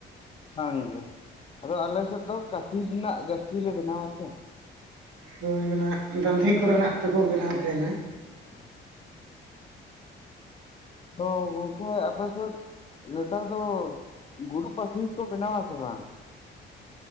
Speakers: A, on the left (about 30°); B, on the right (about 85°).
A: ᱵᱟᱝ ᱜᱮ ᱟᱫᱚ ᱟᱞᱮ ᱥᱮᱫ ᱫᱚ ᱠᱟᱹᱥᱤ ᱨᱮᱱᱟᱜ ᱡᱟᱹᱥᱛᱤ ᱞᱮ ᱵᱮᱱᱟᱣᱟ ᱥᱮ᱾
B: ᱦᱩᱭᱳᱱᱟ ᱫᱟᱺᱫᱷᱤ ᱠᱚᱨᱮᱱᱟᱜ ᱛᱮᱠᱚ ᱵᱮᱱᱟᱣ ᱛᱟᱦᱮᱱᱟ᱾
A: <inaudible> ᱚ ᱜᱚᱢᱠᱮ ᱟᱯᱮ ᱥᱮᱫ ᱱᱮᱛᱟᱨ ᱫᱚ ᱜᱩᱰᱩ ᱯᱟᱹᱥᱤ ᱠᱚ ᱵᱮᱱᱟᱣᱟᱥᱮ ᱵᱟᱝ?